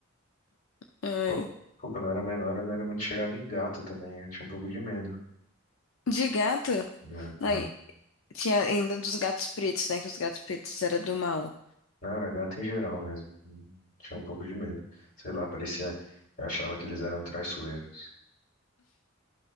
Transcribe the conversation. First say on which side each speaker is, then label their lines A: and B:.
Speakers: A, on the left; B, on the left.
A: Ai.
B: Pô, pô, quando eu era menor, eu não era muito chegado em gato também, eu tinha um pouco de medo.
A: De gato?
B: Gato,
A: Ai,
B: né?
A: tinha ainda dos gatos pretos, né? Que os gatos pretos eram do mal.
B: Não, era gato em geral mesmo. hum, Tinha um pouco de medo. Sei lá, parecia. Eu achava que eles eram traiçoeiros.